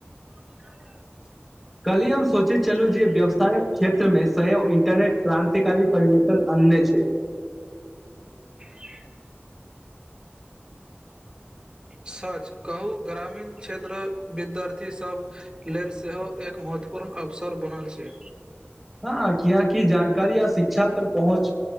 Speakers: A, on the right; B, in the centre.
A: <unintelligible>
B: कलियम। सोचैत छलू जे व्यवसायक क्षेत्र मे सय इंटरनेट क्रान्तिकारी परिवर्तन अन्य छै।
A: <unintelligible> सच कहू, ग्रामीण क्षेत्र विद्यार्थीसभ लेल सेहो एक महत्वपूर्ण अवसर बनल छै।
B: हँ किियकि, जानकारी आ शिक्षा पर पहुँच